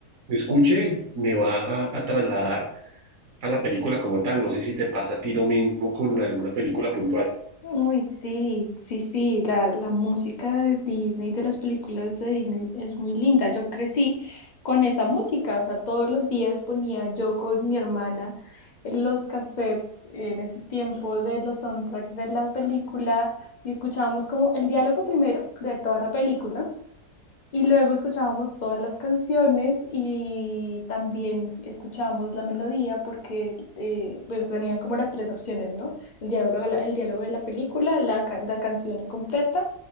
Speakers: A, on the right (about 65°); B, on the left (about 60°).
A: escuche, me va a a trasladar a la película como tal. No sé si te pasa a ti lo mismo con alguna película puntual.
B: Uy, sí, sí, sí, la, la música de Disney, de las películas de Disney es muy linda. Yo crecí con esa música, o sea, todos los días ponía yo con mi hermana los cassettes en ese tiempo de los soundtracks de la película y escuchábamos como el diálogo primero de toda la película Y luego escuchábamos todas las canciones y también escuchábamos la melodía porque eh, pues venían como las tres opciones, ¿no? El diálogo, de la- el diálogo de la película, la, ca- la canción completa